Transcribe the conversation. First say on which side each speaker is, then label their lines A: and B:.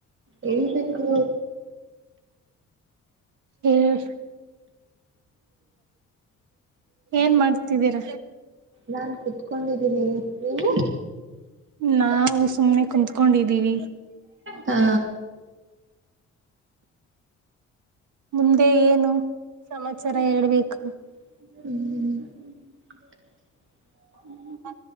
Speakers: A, on the right; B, on the right.
A: ಹೇಳ್ಬೇಕು
B: ಹ್ಮ್ ಏನ್ ಮಾಡ್ತಿದ್ದೀರ
A: ನಾನ್ ಕುೂತ್ಕೊಂಡಿದ್ದೀನಿ ನೀವು
B: ನಾವು ಸುಮ್ಮಕುತ್ಕೊಂಡಿದ್ದೀವಿ
A: ಹಾ
B: ಮುಂದೆ ಏನು ಸಮಾಚಾರ ಹೇಳ್ಬೇಕು
A: ಹ್ಮ್
B: ಹ್ಮ